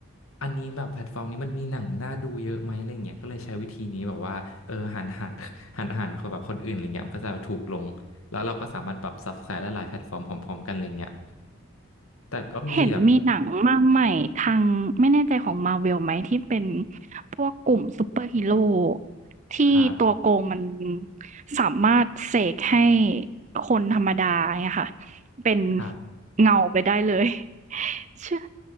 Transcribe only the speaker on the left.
อันนี้แบบแพลตฟอร์มนี้มันมีหนังน่าดูเยอะไหมอะไรเงี้ยก็เลยใช้วิธีนี้แบบว่าเออหันหัน <laughs> หันหันขอแบบคนอื่นอะไรเงี้ยมันก็จะถูกลงแล้วเราก็สามารถแบบ subscribe ได้หลายแพลตฟอร์มพร้อมๆกันอะไรเงี้ยแต่ก็มีแบบ
ครับ
ครับ